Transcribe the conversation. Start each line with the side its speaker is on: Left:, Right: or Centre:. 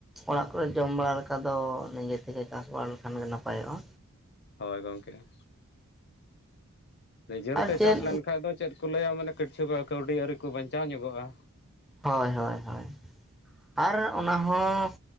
Centre: ᱚᱲᱟᱜ ᱠᱚᱨᱮ ᱡᱚᱢ ᱵᱟᱲᱟ ᱞᱮᱠᱟ ᱫᱚ ᱱᱤᱡᱮ ᱛᱮᱜᱮ ᱪᱟᱥ ᱵᱟᱲᱟ ᱞᱮᱠᱷᱟᱱ ᱜᱮ ᱱᱟᱯᱟᱭᱚᱜ-ᱟ᱾
Left: ᱦᱳᱭ ᱜᱚᱝᱠᱮ, ᱱᱤᱡᱮᱨ
Centre: ᱟᱨ
Left: ᱛᱮ
Centre: ᱪᱮᱫ
Left: ᱪᱟᱥ ᱞᱮᱱᱠᱷᱟᱡ ᱫᱚ ᱪᱮᱫᱠᱚ ᱞᱟᱹᱭᱟ ᱢᱟᱱᱮ ᱠᱤᱪᱷᱩ ᱠᱟᱹᱣᱰᱤ ᱟᱹᱨᱤᱠᱚ ᱵᱟᱧᱪᱟᱣ ᱧᱚᱜᱚᱜ-ᱟ᱾
Centre: ᱦᱳᱭ ᱦᱳᱭ ᱦᱳᱭ ᱟᱨ ᱚᱱᱟ ᱦᱚᱸ